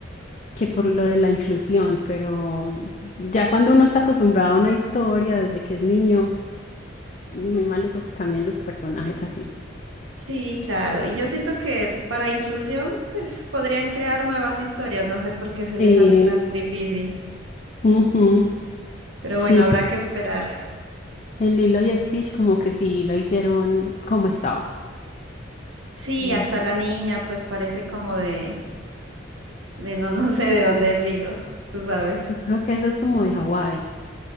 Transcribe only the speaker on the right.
Sí, claro. Y yo siento que para inclusión, pues podrían crear nuevas historias, no sé por qué se les
hace tan difícil,
pero
bueno, habrá
que esperar.
Sí,
hasta la niña, pues parece como de De no, <laughs> no sé de dónde es Lilo, tú sabes.